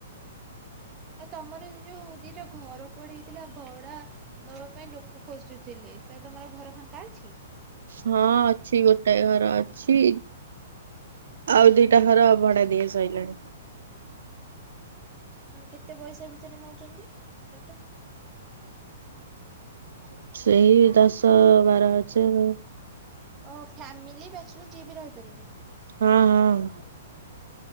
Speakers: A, on the right; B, on the right.
A: ଆଉ ତମର ଯୋଉ ଦିଟା ଘର କୁଆଡେ ହେଇଥିଲା ଭଡା ନବା ପାଇଁ ଲୋକ ଖୋଜୁଥିଲେ ସେରା ତମର ଘର ଫାଙ୍କା ଅଛି?
B: ହଁ ଅଛି ଗୋଟାଏ ଘର ଅଛି। ଆଉ ଦିଟା ଘର ଭଡା ଦିଆ ସରିଲାଣି।
A: କେତେ ପଇସା ଭିତରେ ନେଉଛନ୍ତି ଘରଟା?
B: <inaudible> ସେଇ ଦଶ, ବାର ହଜାର।
A: ଓହୋ ଫ୍ୟାମିଲି ବ୍ୟାଚ୍ଲର୍ ଯିଏ ବି ରହିପାରିବେ।
B: ହଁ ହଁ।